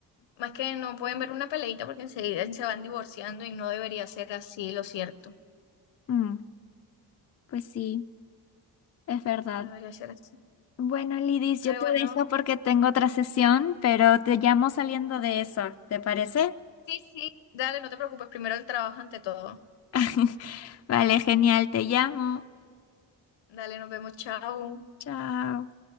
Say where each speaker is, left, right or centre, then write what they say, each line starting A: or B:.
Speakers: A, on the left; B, on the left.
A: Más que no pueden ver una peleita porque enseguida se van divorciando y no debería ser así, lo cierto.
B: Mm, pues sí, es verdad.
A: No debería ser así.
B: Bueno, Lidis,
A: Pero
B: yo te
A: bueno,
B: dejo porque tengo otra sesión, pero te llamo saliendo de eso, ¿te parece?
A: Sí, sí, dale, no te preocupes, primero el trabajo ante todo.
B: <laughs> Vale, genial, te llamo.
A: Dale, nos vemos, chao.
B: Chao.